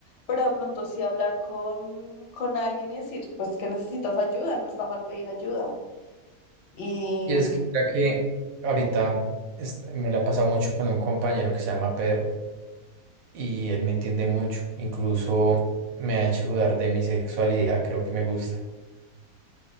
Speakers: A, on the left; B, on the right.
A: pero de pronto sí hablar con, con alguien y decir, pues que necesitas ayuda, no está mal pedir ayuda. Y,
B: Y es que, ya que ahorita est- me la he pasado mucho con un compañero que se llama Pedro y él me entiende mucho. Incluso me ha hecho dudar de mi sexualidad. Creo que me gusta.